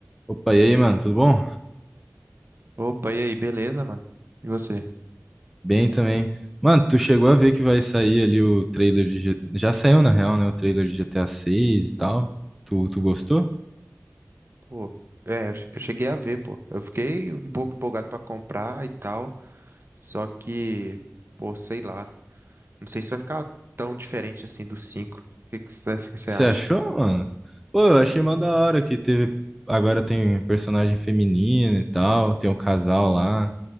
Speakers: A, in the centre; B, on the right.
A: Opa, e aí, mano, tudo bom?
B: Opa, e aí, beleza, mano? E você?
A: Bem também. Mano, tu chegou a ver que vai sair ali o trailer de... G- Já saiu, na real, né? O trailer de GTA 6 e tal. Tu, tu gostou?
B: Pô, é, eu che- eu cheguei a ver, pô. Eu fiquei um pouco empolgado pra comprar e tal, só que, pô, sei lá. Não sei se vai ficar tão diferente assim do cinco O que que você
A: Você
B: acha?
A: achou, mano? Pô, eu achei mó da hora que teve... Agora tem personagem feminino e tal, tem um casal lá.